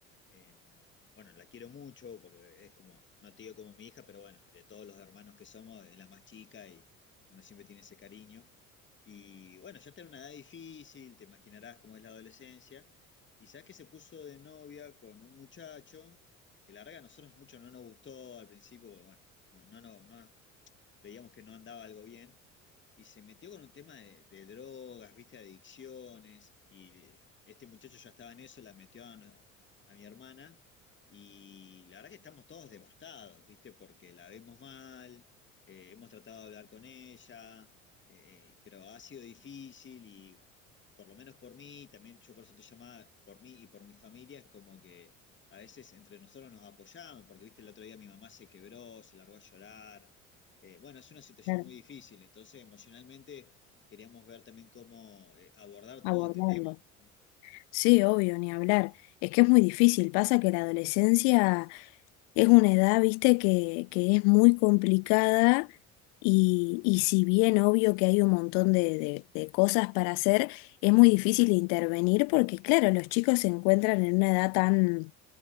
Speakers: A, on the left; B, on the left.
A: Eh, bueno, la quiero mucho porque es como, no te digo como mi hija, pero bueno, de todos los hermanos que somos, es la más chica y uno siempre tiene ese cariño. Y bueno, ya está en una edad difícil, te imaginarás cómo es la adolescencia. Y sabes que se puso de novia con un muchacho que la verdad que a nosotros mucho no nos gustó al principio, porque bueno, no, no, no, no nos veíamos que no andaba algo bien, y se metió con un tema de, de drogas, viste, adicciones, y este muchacho ya estaba en eso, la metió a, a mi hermana, y la verdad que estamos todos devastados, viste, porque la vemos mal, eh, hemos tratado de hablar con ella, eh, pero ha sido difícil y por lo menos por mí, también yo por eso te llamaba, por mí y por mi familia, es como que a veces entre nosotros nos apoyamos, porque viste, el otro día mi mamá se quebró, se largó a llorar, eh, bueno, es una situación
B: Claro,
A: muy difícil, entonces emocionalmente queríamos ver también cómo eh, abordar
B: abordarlo.
A: todo este tema.
B: Sí, obvio, ni hablar. Es que es muy difícil. Pasa que la adolescencia es una edad, viste, que, que es muy complicada y, y si bien obvio que hay un montón de, de de cosas para hacer, es muy difícil intervenir porque, claro, los chicos se encuentran en una edad tan